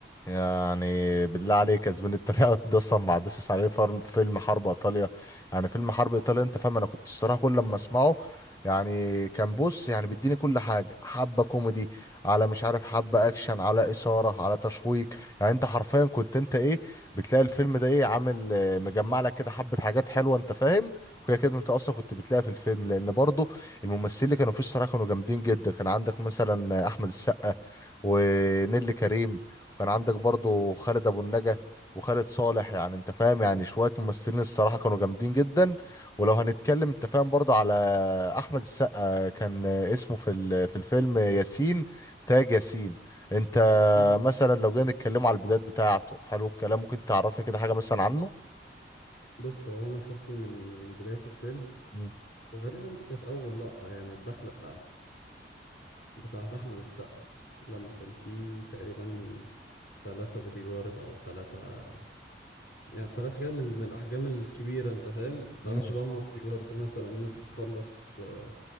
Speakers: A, on the left; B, on the left.
A: يعني بالله عليك يا زميلي انت <laughs> فعلا ده اصلا ما عدتش عليه فر- فيلم حرب ايطاليا يعني فيلم حرب ايطاليا انت فاهم انا كنت الصراحه كل لما اسمعه يعني كان بص يعني بيديني كل حاجه حبه كوميدي على مش عارف حبه اكشن على اثاره على تشويق يعني انت حرفيا كنت انت ايه بتلاقي الفيلم ده ايه عامل اه، مجمع لك كده حبه حاجات حلوه انت فاهم وهي كده انت اصلا كنت بتلاقيها في الفيلم لان برضه الممثلين اللي كانوا فيه الصراحه كانوا جامدين جدا كان عندك مثلا احمد السقا ونيللي كريم وكان عندك برضو خالد ابو النجا وخالد صالح يعني انت فاهم يعني شويه ممثلين الصراحه كانوا جامدين جدا ولو هنتكلم انت فاهم برضو على احمد السقا كان اسمه في ال- في الفيلم ياسين تاج ياسين انت
B: <laughs>
A: مثلا لو جينا نتكلم على البدايات بتاعته حلو الكلام ممكن تعرفني كده حاجه مثلا عنه
B: بص هو انا فاكره من من بداية الفيلم
A: مم.
B: وغالبا دي كانت اول لقطة يعني الدخلة بتاعت بتاعت احمد السقا لما كان فيه تقريبا ثلاثة بودي جارد او ثلاثة يعني تلات كده من من الأحجام الكبيرة أنت فاهم؟ متعرفش
A: مم.
B: بقى هما بوديجارد مثلا الناس بتخلص آه،